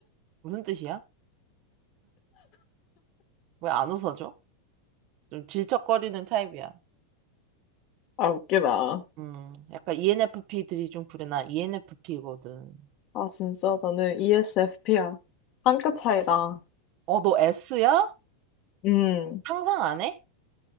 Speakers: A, on the right (about 50°); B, on the left (about 50°).
A: 무슨 뜻이야? 왜 안 웃어줘? 좀 질척거리는 타입이야.
B: 아, 웃기다.
A: 음. 약간 ENFP들이 좀 그래. 나 ENFP거든.
B: 아, 진짜 나는 ESFP야. 한 끗 차이다.
A: 어, 너 S야?
B: 음.
A: 상상 안 해?